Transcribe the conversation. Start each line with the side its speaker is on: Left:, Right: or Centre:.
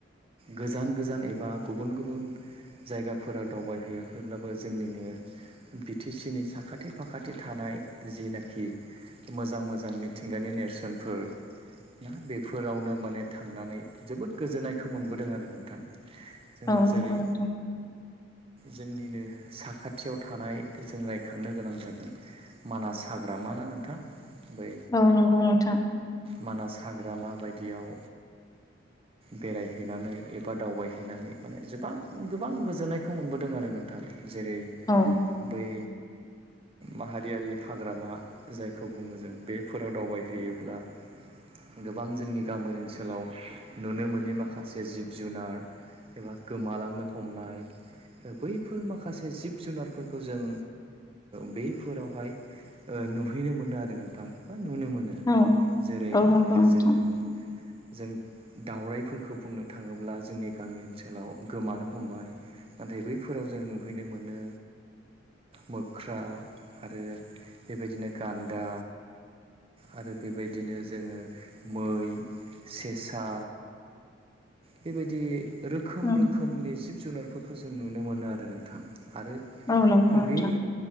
Right: गोजान गोजान एबा गुबुन गुबुन जायगाफोराव दावबायहैयाखैब्लाबो जोंनिनो बि टि सि नि साखाथि फाखाथि थानाय जिनाखि मोजां मोजां मिथिंगानि नेरसोनफोर ना बेफोरावनो माने थांनानै जोबोद गोजोननायखौ मोनबोदों आरो नोंथां जों
Left: औ
Right: जेरै
Left: नंगौ नोंथां
Right: जोंनिनो साखाथि खाथियाव थानाय जों रायखांनो गोनां जागोन मानास हाग्राम ना नोंथां बै
Left: औ नंगौ नोंथां
Right: मानास हाग्र माबायदियाव बेरायहैनानै एबा दावबायहैनानै माने गोबां गोबां गोजोननायखौ मोनबोदों आरो नोंथां जेरै
Left: औ
Right: बै माहारियारि हाग्रामा जाय खौ बुङो जों बेफोराव दावबायहैयोब्ला गोबां जोंनि गामि ओनसोलाव नुनो मोनोनि माखासे जिब जुनार एबा गोमालांनो हमनाय बैफोर माखासे जिब जुनारफोरखौ जों बेफोरावहाय नुहैनो मोनो आरो नोंथां नुनो मोनो
Left: औ
Right: जेरै
Left: औ नंगौ नोंथां
Right: जोङो जों दाावरायाइफोरखौ बुंनो थाङोब्ला जोंनि गामि ओनसोलाव गोमानो हमबाय नाथाय बैफोराव जों नुहैनो मोनो मोख्रा आरो बेबायदिनो गान्दा आरो बेबायदिनो जोङो मै सेसा बेबायदि रोखोम
Left: औ
Right: रोखोमनि जिब जुनारफोरखौ जों नुनो मोनो आरो नोंथां आरो
Left: औ नंगौ नोंथां
Right: बे